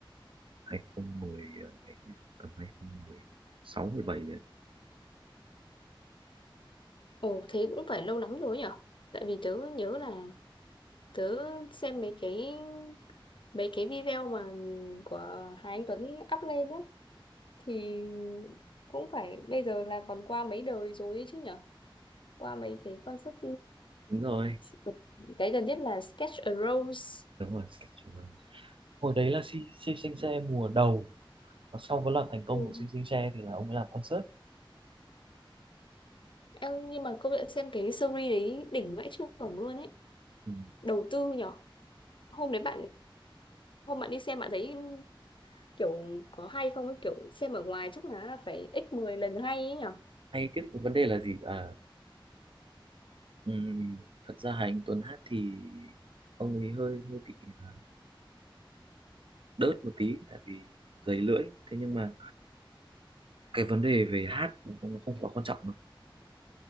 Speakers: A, on the right (about 70°); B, on the left (about 65°).
A: 20 2010 ờ, mấy nhỉ? tầm hai không một sáu mười 17 đấy
B: Ồ, thế cũng phải lâu lắm rồi nhở? Tại vì tớ nhớ là tớ xem mấy cái mấy cái video mà của Hà Anh Tuấn up lên á thì cũng phải bây giờ là còn qua mấy đời rồi ấy chứ nhở? Qua mấy cái concert
A: đúng rồi
B: ờ, cái gần nhất là Sketch a Rose.
A: đúng rồi Sketch Around. hồi đấy là Si Si Sinh Xe mùa đầu và sau có loạt thành công
B: Ừ.
A: của Si Sinh Xe thì là ông ấy làm concert
B: Em nhưng mà công nhận xem cái series đấy đỉnh vãi chưởng luôn ấy.
A: Ừ.
B: đầu tư nhở hôm đấy bạn hôm bạn đi xem bạn thấy kiểu có hay không ấy kiểu xem ở ngoài chắc là phải x 10 lần hay ấy nhở
A: Hay cái vấn đề là gì? À, ừm, thật ra Hà Anh Tuấn hát thì ông ấy hơi hơi bị à, đớt một tí tại vì dày lưỡi. Thế nhưng mà cái vấn đề về hát cũng không không quá quan trọng đâu.